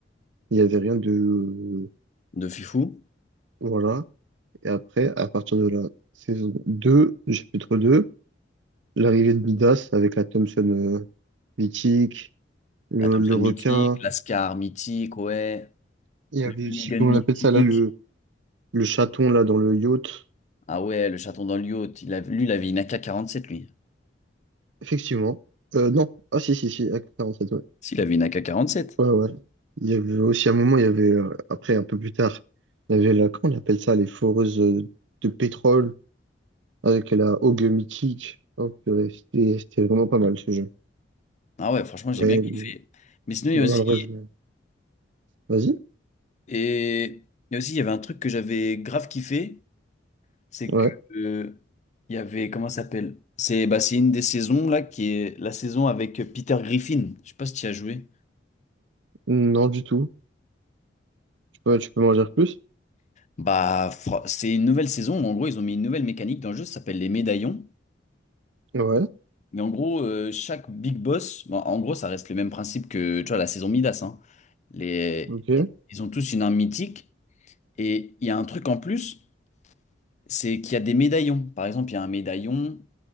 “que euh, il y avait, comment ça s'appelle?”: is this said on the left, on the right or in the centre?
Left